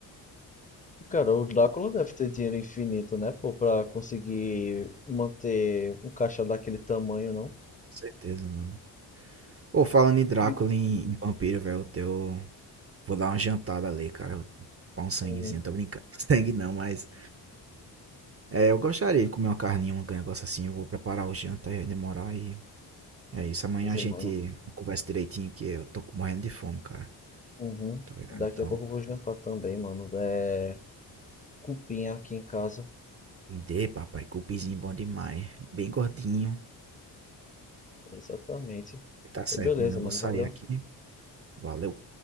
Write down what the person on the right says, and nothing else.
certeza, mano. Ou falando em Drácula
e em vampiro, velho, eu teu vou dar uma jantada ali, cara. Pra um sanguezinho,
tô brincando. <laughs> Sangue não, mas é, eu gostaria de comer uma carninha, um negócio assim, eu vou preparar o janta e demorar e é isso, amanhã
a gente
conversa direitinho que eu tô morrendo de fome, cara.
Tá ligado?
Então,
entender, papai. Cupinzinho bom demais. Bem gordinho.
Tá certo,
mano. Eu
vou sair
aqui. Valeu.